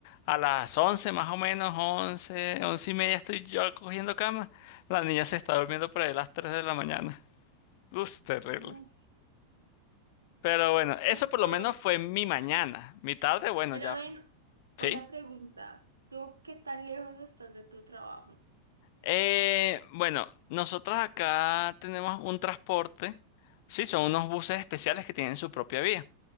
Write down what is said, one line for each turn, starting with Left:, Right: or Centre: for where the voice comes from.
Left: a las 11, más o menos, 11, 11 y media estoy yo cogiendo cama. La niña se está durmiendo por ahí a las 3 de la mañana. Uf, terrible.
Right: No.
Left: Pero bueno, eso
Right: Pero,
Left: por lo menos fue mi mañana. Mi tarde, bueno,
Right: pero
Left: ya
Right: ven,
Left: Sí.
Right: una pregunta. ¿Tú qué tan lejos estás de tu trabajo?
Left: Eh, bueno, nosotros acá tenemos un transporte. Sí, son unos buses especiales que tienen su propia vía.